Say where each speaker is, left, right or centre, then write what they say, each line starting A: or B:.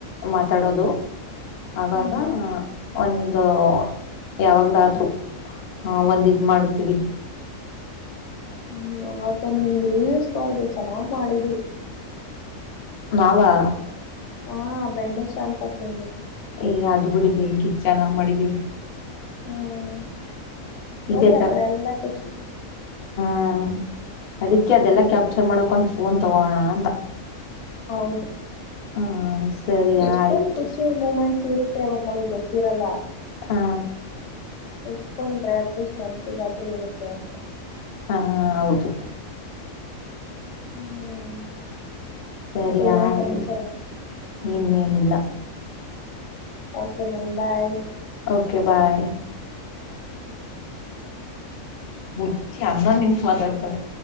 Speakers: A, on the left; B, on the left.
A: ಮಾತಾಡೋದು ಅವಾಗ
B: ಹ್ಮ್
A: ಒಂದು ಯಾವಾಗ್ಲಾದರೂ ಒಂದ ಇದ ಮಾಡ್ತೀವಿ
B: ಹ್ಮ್ ನಾನವತ್ತೊಂದ ನಿಂದ ರೀಲ್ಸ್ ನೊಡ್ದೆ ಚೆನ್ನಾಗ್ ಮಾಡಿದ್ರಿ
A: ಮಾವಾ
B: ಹಾ ಬೆಣ್ಣೆ ಶಾಂತಕಂದು
A: ಹೇ ಅದ್ ಬಿಡಿ ಬೆಂಕಿ ಇಚ್ ಚೆನ್ನಾಗಿ ಮಾಡಿದೀವಿ
B: ಹ್ಮ ನೋಡಿ
A: ಇದೇ
B: ಆತರ ಎಲ್ಲಾ ಖುಷಿ
A: ಹಾ ಅದಕ್ಕೆ
B: ಹ್ಮ್
A: ಅದೆಲ್ಲ ಕ್ಯಾಪ್ಚರ್ ಮಾಡಕೊಂದು ಫೋನ್ ತೊಗೋಣ ಅಂತ
B: ಹೌದು
A: ಹಾಂ ಸರಿ
B: ಎಷ್ಟೊಂದು
A: ಆಯ್ತು
B: ಖುಷಿ ಮೂಮೆಂಟ್ಸ್ ಇರುತ್ತೆ ಬಟ್ ನಮಗ್ ಗೊತ್ತಿರಲ್ಲ
A: ಹಾ
B: ಇಟ್ಕೊಂಡ್ರೆ ಅಟ್ಲೀಸ್ಟ್ ನೆನಪಿಗಾದ್ರೂ ಇರುತ್ತೆ ಅಂತ
A: ಹ ಹ ಹ ಹೌದು
B: ಹ್ಮ್
A: ಸರಿ
B: ಮತ್ತೆ ಇನ್ನೇನ್
A: ಆಯ್ತ.
B: ಸಮಾಚಾರ
A: ಇನ್ನೇನಿಲ್ಲ.
B: Okay, then bye.
A: Okay bye. ಹುಚ್ಚಿ, ಹನ್ನೊಂದ್ ನಿಮಷ್ ಮಾತಾಡ್ತಾಳೆ.